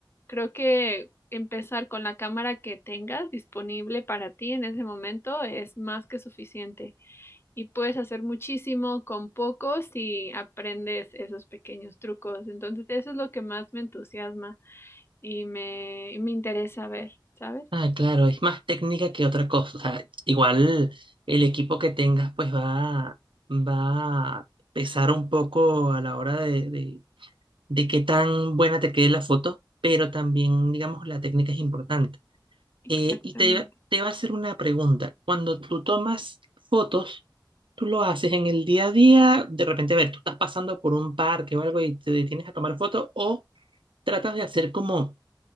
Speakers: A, on the left; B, on the right.
A: creo que empezar con la cámara que tengas disponible para ti en ese momento es más que suficiente. Y puedes hacer muchísimo con poco si aprendes esos pequeños trucos. Entonces, eso es lo que más me entusiasma y me, y me interesa ver, ¿sabes?
B: Ah, claro, es más técnica que otra cosa. O sea, igual el equipo que tengas pues va, va a pesar un poco a la hora de, de de qué tan buena te quede la foto, pero también, digamos, la técnica es importante.
A: Exactamente.
B: Eh, y te, te va a hacer una pregunta. Cuando tú tomas fotos, tú lo haces en el día a día, de repente, a ver, tú estás pasando por un parque o algo y te detienes a tomar fotos, o tratas de hacer como